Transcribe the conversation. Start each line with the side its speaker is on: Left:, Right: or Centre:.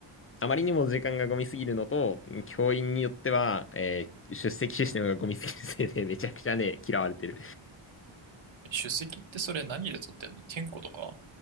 Left: あまりにも時間がゴミすぎるのと、教員によっては、えー出席システムがゴミすぎるせいで、めちゃくちゃね、嫌われてる。
Right: 出席ってそれ何で取ってんの健康とか